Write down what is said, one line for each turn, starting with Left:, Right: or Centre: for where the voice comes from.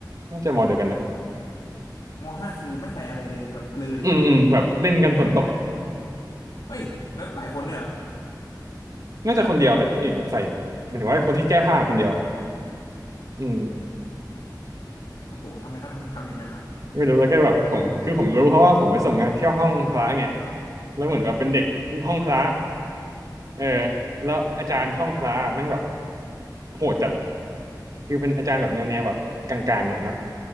Right: น่าจะมเดียวกันนะ
Left: มอห้าคือไม่ใส่อะไรเลยแบบเลย
Right: อืมอืมแบบเล่นกันฝนตกอะ
Left: โอ้เฮ้ยแล้วหลายคนเนี่ยเหรอ
Right: น่าจะคนเดียวแต่คนอื่นแบบใส่หมายถึงว่าคนที่แก้ผ้าคนเดียวอืม
Left: โอ้โหทำไมเขาทำทำอย่างนั้นเนาะ
Right: ไม่รู้แล้วก็แบบผมคือผมรู้เพราะว่าผมไปส่งงานที่ห้องพระไงแล้วเหมือนแบบเป็นเด็กห้องพระเออแล้วอาจารย์ห้องพระแม่งแบบโหดจัดอ่ะคือเป็นอาจารย์แบบแนวแนวแบบกลางๆหน่อยเนาะ